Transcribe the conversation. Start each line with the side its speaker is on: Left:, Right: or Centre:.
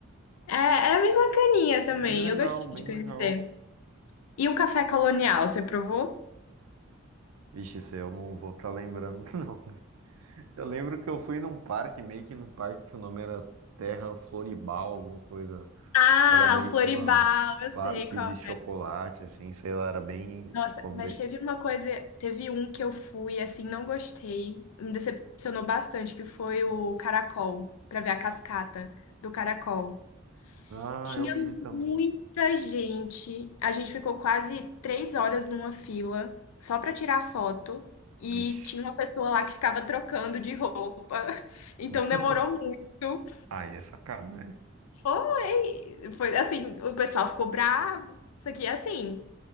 Left: É, é bem bacaninha também.
Right: É bem legal,
Left: Eu gostei
Right: bem
Left: de conhecer.
Right: legal.
Left: E o café colonial, você provou?
Right: Vixe, isso aí eu não vou estar lembrando, <laughs> não. Eu lembro que eu fui num parque, meio que num parque que o nome era Terra Floribal, alguma coisa
Left: Ah,
Right: Era meio
Left: o Floribal,
Right: que uma, um
Left: eu
Right: parque
Left: sei qual
Right: de chocolate, assim, sei lá, era bem.
Left: Nossa,
Right: come-
Left: mas teve uma coisa, teve um que eu fui, assim, não gostei, me decepcionou bastante, que foi o caracol, pra ver a cascata do caracol.
Right: Ah,
Left: Tinha
Right: eu vi
Left: muita
Right: também.
Left: gente, a gente ficou quase três horas numa fila, só pra tirar foto, e
Right: Vixe.
Left: tinha uma pessoa lá que ficava trocando de roupa, <laughs> então
Right: <laughs>
Left: demorou muito.
Right: Ai, é sacanagem.
Left: Foi, foi assim, o pessoal ficou bravo, isso aqui é assim.